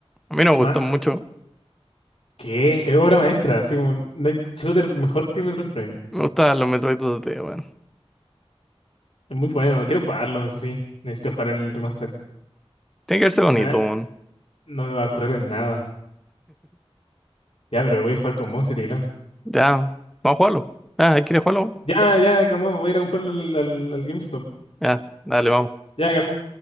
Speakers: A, in the centre; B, on the left (about 65°).
A: A mí no me
B: Ma-
A: gustan mucho.
B: ¿Qué? Es obra maestra. Así como, no hay shooter mejor que Metroid Prime.
A: Me gustan los Metroid 2D, weón.
B: Es muy bueno, quiero jugarlo, eso sí. Necesito jugar el remaster.
A: Tiene que verse bonito,
B: Na-
A: weón.
B: No, me va a correr en nada. Ya, pero lo voy a jugar con mouse y teclado.
A: Ya, vamos a jugarlo. Ah, ¿quieres jugarlo, weón?
B: Ya, ya, calmado, voy a ir a comprarlo al, al, al GameStop.
A: Ya, dale, vamos.
B: Ya, calmado.